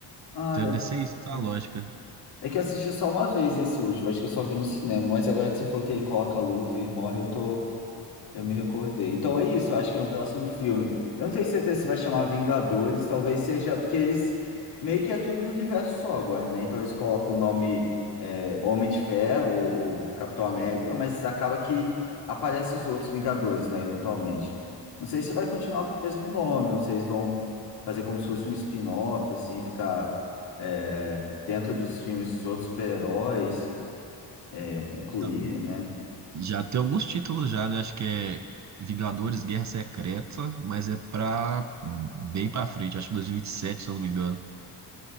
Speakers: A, on the left (about 65°); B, on the right (about 45°).
A: Ah,
B: Então
A: eu...
B: deve ser isso, tá
A: não.
B: a lógica.
A: É que eu assisti só uma vez esse último, acho que eu só vi no cinema, mas agora que você falou que ele coloca a luva e morre, eu tô Eu me recordei. Então é isso, eu acho que no próximo filme. Eu não tenho certeza se vai chamar Vingadores, talvez seja, porque eles meio que é tudo um universo só agora, né? Então eles colocam o nome é, Homem de Ferro ou, ou Capitão América, mas acaba que aparece os outros Vingadores, né? Eventualmente. Não sei se vai continuar com o mesmo nome, ou se eles vão fazer como se fosse um spin-off, assim, ficar é, dentro dos filmes dos outros super-heróis, é, incluírem,
B: Tá.
A: né?
B: Já tem alguns títulos já, né? Acho que é Vingadores Guerra Secreta, mas é pra bem pra frente. Acho que 2027, se eu não me engano.